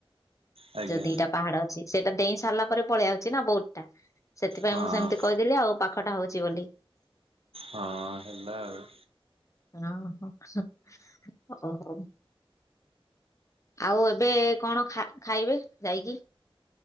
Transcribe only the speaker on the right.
ଆଜ୍ଞା
ହଁ
ହଁ ହେଲା ଆଉ।